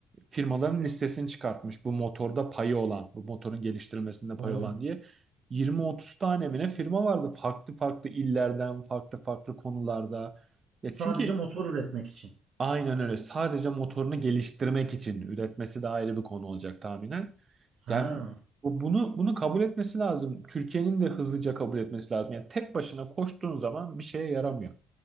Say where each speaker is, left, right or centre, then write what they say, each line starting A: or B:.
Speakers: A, on the right; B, on the right.
A: firmaların listesini çıkartmış. Bu motorda payı olan, bu motorun geliştirilmesinde payı
B: Oğlum.
A: olan diye. 20-30 tane mi ne firma vardı farklı farklı illerden, farklı farklı konularda. Ya
B: Sadece
A: çünkü
B: motor üretmek için.
A: Aynen öyle. Sadece motorunu geliştirmek için üretmesi de ayrı bir konu olacak tahminen.
B: Ha,
A: Yani bu- bunu bunu kabul etmesi lazım. Türkiye'nin de hızlıca kabul etmesi lazım. Yani tek başına koştuğun zaman bir şeye yaramıyor.